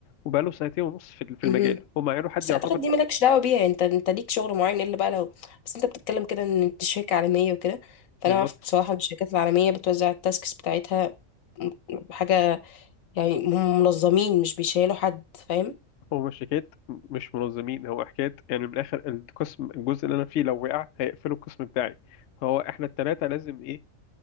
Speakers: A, on the left (about 65°); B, on the left (about 85°).
A: وبقاله سنتين ونص في في المجال
B: مهم.
A: هما هيعينوا حد
B: بس
A: يعتبر
B: اعتقد دي مالكش دعوه بيها يعني انت انت ليك شغل معين الا بقى لو بس انت بتتكلم كده ان انت شركه عالميه وكده فانا
A: بالظبط
B: اعرف بصراحه ان الشركات العالميه بتوزع التاسكس بتاعتها م- حاجه يعني هم منظمين مش بيشيلوا حد فاهم
A: هو مش حكاية مش منظمين هو حكاية يعني من الاخر القسم الجزء اللي انا فيه لو وقع هيقفلوا القسم بتاعي فهو احنا التلاتة لازم ايه